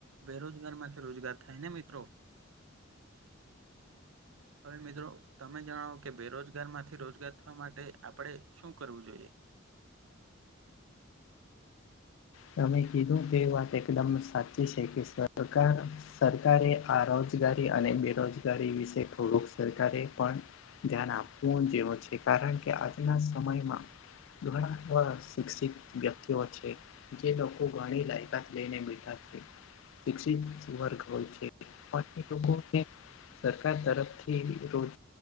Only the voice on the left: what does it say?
તમે કીધું તે વાત એકદમ સાચી છે કે સરકાર સરકારે આ રોજગારી અને બેરોજગારી વિશે થોડુંક સરકારે પણ ધ્યાન આપવું જેવું છે. કારણ કે આજના સમયમાં ઘણા ખરા શિક્ષિત વ્યક્તિઓ છે. જે લોકો ઘણી લાયકાત લઈને બેઠા છે, શિક્ષિત વર્ગ હોય છે. <unintelligible> સરકાર તરફથી રોજ